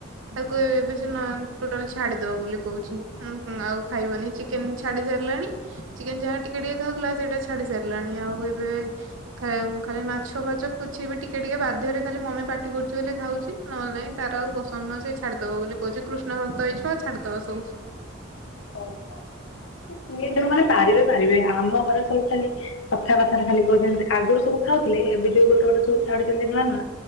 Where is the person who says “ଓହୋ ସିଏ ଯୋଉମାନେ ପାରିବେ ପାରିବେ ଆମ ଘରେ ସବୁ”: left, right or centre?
Left